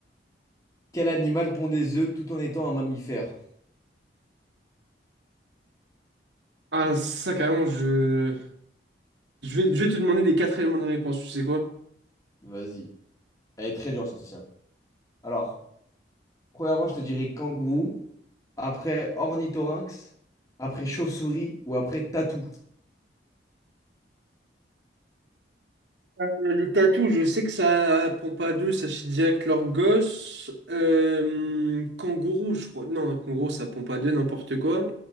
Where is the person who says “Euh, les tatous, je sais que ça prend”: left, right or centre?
Right